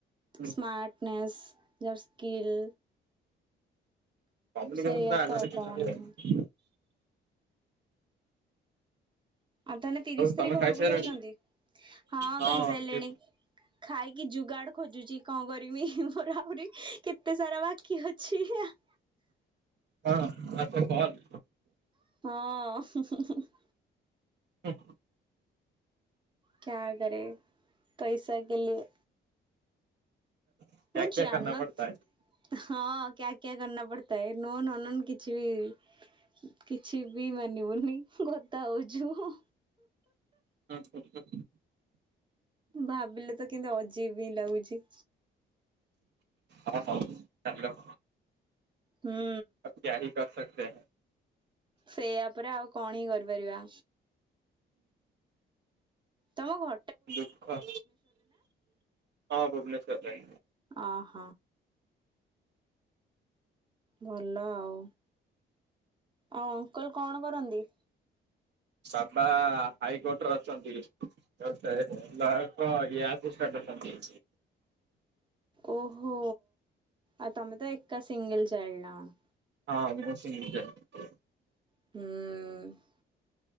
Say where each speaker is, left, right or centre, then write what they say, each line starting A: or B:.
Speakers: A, on the right; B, on the right.
A: ହଁ।
B: ସ୍ମାର୍ଟନେସ୍ ଯାହାର୍ ସ୍କିଲ୍
A: କମ୍ୟୁନିକେସନ୍
B: ସେଇଆ
A: ଟା ଆଗ
B: ତ ଆଉ
A: ଦେଖୁଚନ୍ତି
B: କଣ ହିଁ
A: ଆଉ।
B: ଆଉ ତାହେନେ ତିରିଶ ତାରି
A: ତମେ
B: ଘରୁକୁ
A: ଖାଇସାରିଲଣି
B: ଯାଉଚନ୍ତି ହଁ
A: ହଁ।
B: ଖାଇସାଇଲେଣି। ଖାଇକି ଯୁଗାଡ଼ ଖୋଜୁଚି କଁ କରିମି ମୋର ଆହୁରି କେତେ ସାରା ବାକି ଅଛି। ଆ ହ
A: କଣ ଆ କୁଆଡ଼େ ବଲ୍?
B: ହଁ।
A: ଉଁ
B: କ୍ୟା କରେ ପଇସା କେ ଲିଏ।
A: କ୍ୟା
B: ମୁୁଁ
A: କ୍ୟା
B: ଜାଣନଥ
A: କରନା ପଡତା
B: ହଁ କ୍ୟା କ୍ୟା କରନା ପଡ଼ତା ହେ ନୋନ୍ ଅନନୋନ୍ କିଛି ବି କିଛି ବି ମାନିବୁନି କଥା ହଉଚୁ।
A: ହଁ କଥା
B: ଭାବିଲେ ତ କିନ୍ତୁ ଅଜୀବ ହିଁ ଲାଗୁଚି।
A: ହଁ ହଉ ଚାଲୁ।
B: ହୁଁ।
A: ଅବ୍ କ୍ୟା ହି କରସକ୍ତେ?
B: ସେଇଆ ପରା ଆଉ କଣ ହି କରିପାରିବା? ତମ ଘ
A: ଦୁଃଖ ହଁ ଭୁବନେଶ୍ୱରରେ।
B: ଅହ। ଭଲ ଆଉ, ଆଉ ଅଙ୍କଲ୍ କଣ କରନ୍ତି?
A: ସା ବା ହାଇକୋର୍ଟରେ ଅଛନ୍ତି। ରଥ ଆଗରେ ଲାଳ ପୁଅ ୟାଠୁ ସ୍ୟାଡ଼େ ତମେ।
B: ଓହୋ ଆ ତମେ ତ ଏକା ସିଙ୍ଗଲ୍ ଚାଇଲ୍ ନାଁ କଣ।
A: ହଁ ମୁଁ ସିଙ୍ଗିଲ୍ ଚାଇଲ୍।
B: ଉଁ